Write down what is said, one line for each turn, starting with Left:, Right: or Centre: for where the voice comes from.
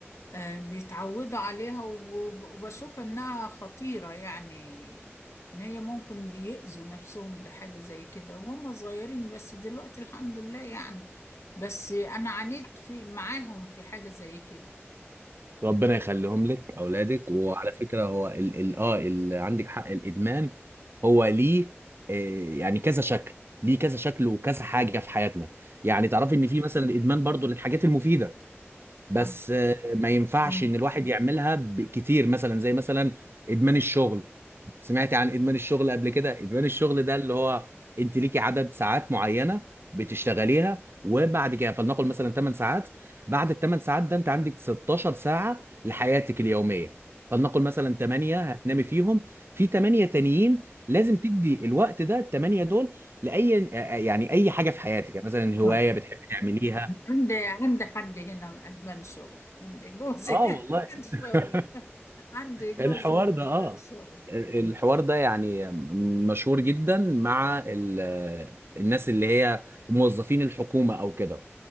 Left: آه، بيتعودوا عليها وب- وبشوف انها خطيرة يعني ان هي ممكن بيأذوا نفسهم بحاجة زي كده وهم صغيرين بس دلوقتي الحمد لله يعني بس انا عانيت في معاهم في حاجة زي كده
Right: ربنا يخليهم لك اولادك وعلى فكره هو ال ال اه ال عندك حق الادمان هو ليه آه يعني كذا شكل ليه كذا شكل وكذا حاجه في حياتنا يعني تعرفي ان في مثلا الادمان برضو للحاجات المفيده بس
Left: آه.
Right: آه ما ينفعش
Left: آه.
Right: ان الواحد يعملها ب- كتير مثلا زي مثلا ادمان الشغل سمعت عن ادمان الشغل قبل كده ادمان الشغل ده اللي هو انت ليكي عدد ساعات معينه بتشتغليها وبعد كده فلنقل مثلا 8 ساعات بعد ال 8 ساعات ده انت عندك 16 ساعه لحياتك اليوميه فلنقل مثلا 8 هتنامي فيهم في 8 تانيين لازم تدي الوقت ده ال 8 دول لاي يعني اي حاجه في حياتك يعني مثلا
Left: آه.
Right: هوايه بتحبي تعمليها
Left: عندي عندي حد هنا أدمان شغل عندي جوزي
Right: اه والله
Left: <laughs> أدمان
Right: <laughs>
Left: شغل عندي جوزي
Right: الحوار
Left: أدمان
Right: ده اه
Left: شغل
Right: الحوار ده يعني مشهور جدا مع ال- الناس اللي هي موظفين الحكومة او كده